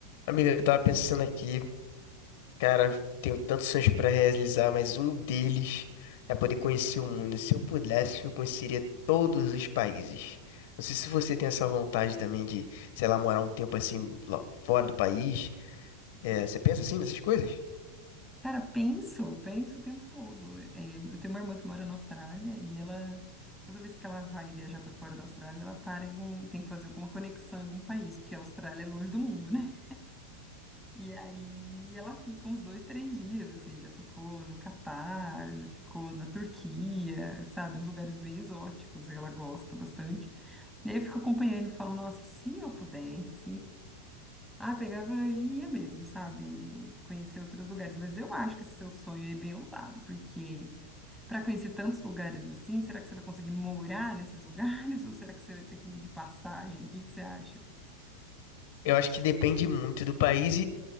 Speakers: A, on the left (about 65°); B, in the centre.
A: Amiga, eu tava pensando aqui, cara, tenho tantos sonhos pra realizar, mas um deles é poder conhecer o mundo. Se eu pudesse, eu conheceria todos os países. Não sei se você tem essa vontade também de, sei lá, morar um tempo assim lá fora do país. É, você pensa assim nessas coisas?
B: Cara, penso, penso o tempo todo. É, eu tenho uma irmã que mora na Austrália e ela, toda vez que ela vai viajar para fora da Austrália, ela para em algum, tem que fazer alguma conexão em algum país, porque a Austrália é longe do mundo, né? E aí ela fica uns dois, três dias, assim, já ficou no Catar, já ficou na Turquia, sabe? Uns lugares bem exóticos, ela gosta bastante. E aí eu fico acompanhando e falo, nossa, se eu pudesse. Ah, pegava e ia mesmo, sabe? Conhecer outros lugares. Mas eu acho que esse seu sonho é bem ousado, porque para conhecer tantos lugares assim, será que você vai conseguir morar nesses lugares? <laughs> Ou será que você vai ter que ir de passagem? O que que você acha?
A: Eu acho que depende muito do país